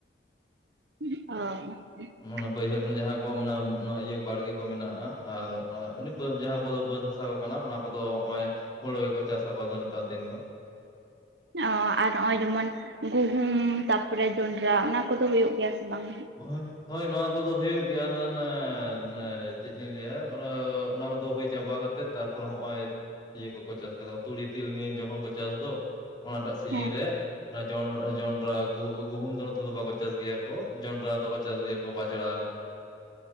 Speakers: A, on the right; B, on the left.
A: ᱚᱻ
B: ᱚᱱᱟ ᱵᱟᱹᱭᱦᱟᱹᱲ ᱡᱟᱦᱟᱸ ᱠᱚ ᱢᱟᱱᱮ ᱱᱚᱣᱟ ᱤᱭᱟᱹ ᱵᱟᱲᱜᱮ ᱠᱚ ᱢᱮᱱᱟᱜᱼᱟ ᱟᱨ ᱱᱚᱭᱟ ᱩᱱᱤ ᱵᱟᱹᱫᱽ ᱡᱟᱦᱟᱸ ᱠᱚᱫᱚ ᱵᱟᱹᱫᱽ ᱦᱟᱥᱟ ᱠᱚ ᱠᱟᱱᱟ ᱚᱱᱟ ᱠᱚᱫᱚ ᱱᱚᱜᱼᱚᱭ ᱦᱳᱲᱳ ᱜᱮᱠᱚ ᱪᱟᱥ ᱟᱠᱚ ᱟᱫᱚ ᱱᱮᱛᱟᱨ ᱫᱤᱱ ᱫᱚ ᱾
A: ᱚ ᱟᱨ ᱱᱚᱜᱼᱚᱭ ᱡᱮᱢᱚᱱ ᱜᱩᱦᱩᱢ ᱛᱟᱨᱯᱚᱨᱮ ᱡᱚᱱᱰᱨᱟ ᱚᱱᱟ ᱠᱚᱫᱚ ᱦᱩᱭᱩᱜ ᱜᱮᱭᱟ ᱥᱮ ᱵᱟᱝ?
B: <unintelligible> ᱦᱳᱭ ᱱᱚᱣᱟ ᱠᱚᱫᱚ ᱦᱩᱭᱩᱜ ᱜᱮᱭᱟ ᱾ ᱟᱫᱚ ᱚᱱᱮ ᱢᱟᱱᱮ ᱪᱮᱫ ᱞᱤᱧ ᱞᱟᱹᱭᱟ ᱚᱱᱟ ᱠᱚᱫᱚ ᱦᱳᱭ ᱪᱟᱵᱟ ᱠᱟᱛ ᱮᱫ ᱛᱟᱨᱯᱚᱨᱮ ᱦᱚᱸᱜᱼᱚᱭ ᱤᱭᱟᱹ ᱠᱚᱠᱚ ᱪᱟᱥ ᱟᱠᱟᱫᱟ ᱛᱩᱲᱤ ᱛᱤᱞᱢᱤᱧ ᱡᱚᱠᱷᱚᱱ ᱠᱚ ᱪᱟᱥ ᱫᱚ ᱚᱱᱟᱴᱟᱜ ᱥᱤᱡᱤᱱ
A: ᱦᱮᱸ
B: ᱨᱮ ᱚᱱᱟ ᱡᱚᱱᱰᱨᱟ ᱡᱚᱱᱰᱨᱟ ᱜᱩᱦᱩᱢ ᱫᱚ ᱱᱚᱛᱮ ᱫᱚ ᱵᱟᱠᱚ ᱪᱟᱥ ᱜᱮᱭᱟ ᱠᱚ ᱾ ᱡᱚᱱᱰᱨᱟ ᱫᱚᱠᱚ ᱪᱟᱥ ᱜᱮᱭᱟ ᱠᱚ ᱵᱟᱡᱽᱲᱟ